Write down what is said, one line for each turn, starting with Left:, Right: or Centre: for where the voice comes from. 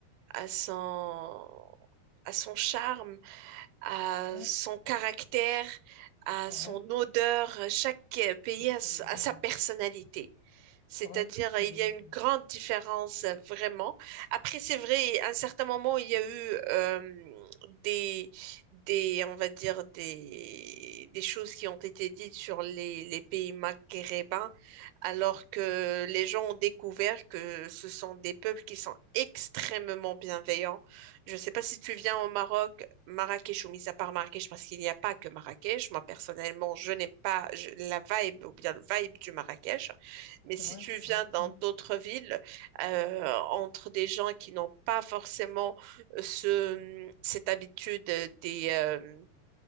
Right: a son, a son charme, a
Left: Ouais,
Right: son caractère, a
Left: ouais,
Right: son odeur. Chaque euh, pays
Left: absolument.
Right: a, s- a sa personnalité. C'est-à-dire,
Left: Ouais, absolument.
Right: euh, il y a une grande différence euh, vraiment. Après, c'est vrai, à un certain moment, il y a eu euh, des, des, on va dire, des, des choses qui ont été dites sur les, les pays maghrébins, alors que les gens ont découvert que ce sont des peuples qui sont extrêmement bienveillants. Je ne sais pas si tu viens au Maroc, Marrakech ou mis à part Marrakech, parce qu'il n'y a pas que Marrakech. Moi, personnellement, je n'aime pas je- la vibe ou bien le vibe du Marrakech. Mais si
Left: Ouais,
Right: tu viens
Left: ouais,
Right: dans
Left: hein,
Right: d'autres villes, euh, entre des gens qui n'ont pas forcément euh, ce, cette habitude des, euh,